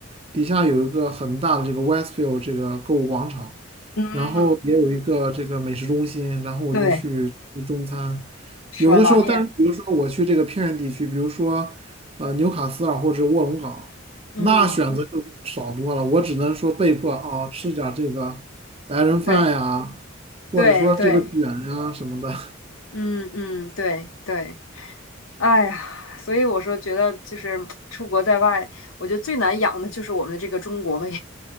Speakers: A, on the right; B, on the left.
A: 底下有一个很大的这个 Westfield 这个购物广场，
B: 嗯，
A: 然后也有一个这个美食中心，然后我就去吃中餐。
B: 对，是吧？
A: 有的时候，
B: 拉面，
A: 但是比如说我去这个偏远地区，比如说呃纽卡斯尔或者卧龙岗，
B: 嗯，
A: 那选择就少多了。我只能说被迫哦吃点儿这个白人饭呀，
B: 对
A: 或者说这个卷呀什么的。
B: 对对。嗯嗯，对对，哎呀，所以我说觉得就是出国在外，我觉得最难养的就是我们的这个中国胃，